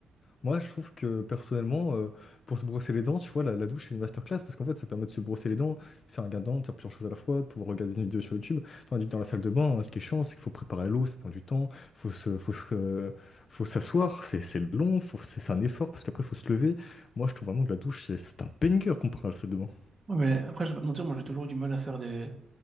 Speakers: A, on the left; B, on the right.
A: Moi, je trouve que personnellement, euh, pour se brosser les dents, tu vois, la, la douche, c'est une masterclass parce qu'en fait, ça permet de se brosser les dents, de se faire un gain de dents, de faire plusieurs choses à la fois, de pouvoir regarder une vidéo sur YouTube. Tandis que dans la salle de bain, hein, ce qui est chiant, c'est qu'il faut préparer l'eau, ça prend du temps, faut se, faut se- euh, faut s'asseoir, c'est c'est long, faut, c'est c'est un effort parce qu'après, il faut se lever. Moi, je trouve vraiment que la douche, c'est c'est un banger comparé à la salle de bain.
B: Ouais, mais après, je vais pas te mentir, moi j'ai toujours eu du mal à faire des.